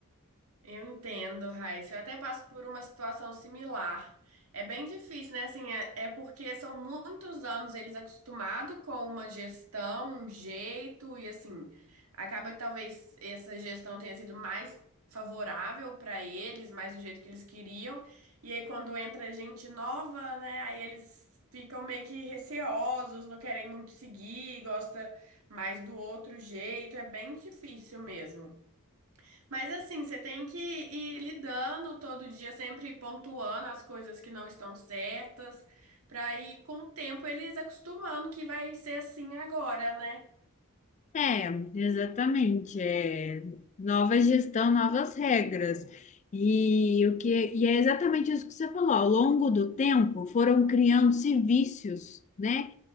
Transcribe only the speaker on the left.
É, exatamente. É nova gestão, novas regras. E o que e é exatamente isso que você falou. Ao longo do tempo, foram criando-se vícios, né?